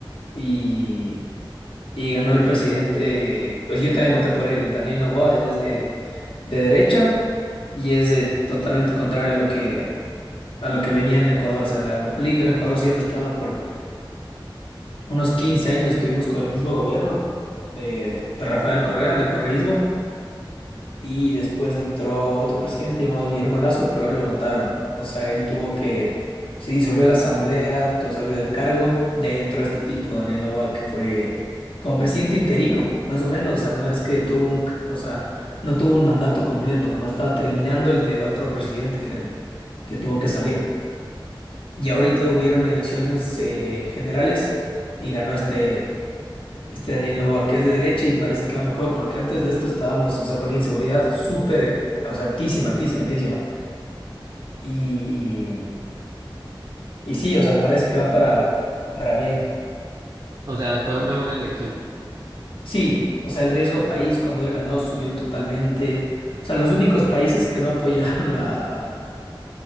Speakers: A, on the left; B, on the right.
A: y, y ganó el presidente. Pues yo también voté por él, Daniel Noboa, él es de, de derecha y es de totalmente contrario a lo que, a lo que venía en Ecuador. O sea, la, la política en Ecuador siempre estaba por unos 15 años, estuvimos con el mismo gobierno de, de Rafael Correa, del correísmo. Y después entró otro presidente llamado Guillermo Lazo, pero él lo votaron. O sea, él tuvo que, se disolvió la asamblea, todo salió del cargo, y ahí entró este tipo, Daniel Noboa, que fue como presidente interino, más o menos. O sea, no es que tuvo un, c- o sea, no tuvo un mandato completo, nomás estaba terminando el del otro presidente que, que tuvo que salir. Y ahorita hubieron elecciones eh, generales y ganó este. Este Daniel Noboa, que es de derecha y parece que va mejor, porque antes de esto estábamos, o sea, con la inseguridad súper, o sea, altísima, altísima, altísima. Y, y sí, o sea, parece que va para, para bien.
B: O sea, fue
A: Porque
B: una buena elección.
A: sí, o sea, el riesgo país cuando él ganó subió totalmente. O sea, los únicos países que no apoyaron la,